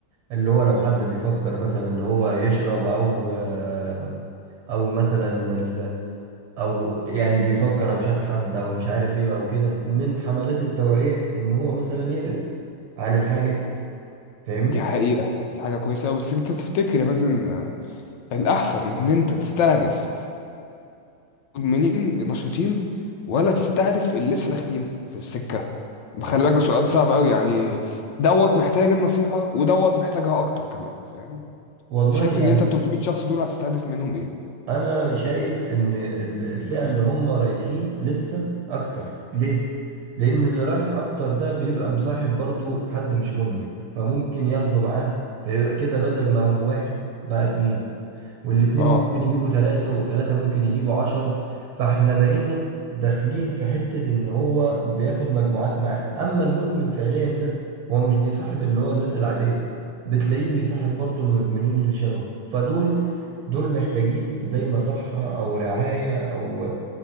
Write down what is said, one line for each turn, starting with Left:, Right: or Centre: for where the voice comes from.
Right: اللي هو لو حد بيفكر مثلا اللي هو يشرب او آه، او مثلا ال- او يعني بيفكر او شاف حد او مش عارف ايه او كده من حملات التوعيه ان هو مثلا يبعد عن الحاجه دي فاهمني
Left: دي حقيقة دي حاجة كويسة أوي بس أنت تفتكر يا مازن آه، الأحسن إن أنت تستهدف المدمنين النشطين ولا تستهدف اللي لسه داخلين في السكة خلي بالك ده سؤال صعب أوي يعني دوت محتاج النصيحة ودوت محتاجها أكتر كمان فاهم
Right: والله
Left: شايف
Right: يعني
Left: إن أنت 300 شخص دول هتستهدف منهم إيه؟
Right: انا شايف ان ال- الفئة اللي هم رايحين لسه اكتر ليه لان اللي رايح اكتر ده بيبقى مصاحب برضو حد مش مدمن فممكن ياخده معاه فيبقى كده بدل ما هو واحد بقى اتنين والاتنين
Left: اه
Right: ممكن يجيبوا تلاتة والتلاتة ممكن يجيبوا عشرة فاحنا بقينا داخلين في حتة ان هو بياخد مجموعات معاه اما المدمن فعليا ده هو مش بيصاحب اللي هو الناس العادية بتلاقيه بيصاحب برضو المدمنين اللي شبهه فدول دول محتاجين زي مصحة او رعاية او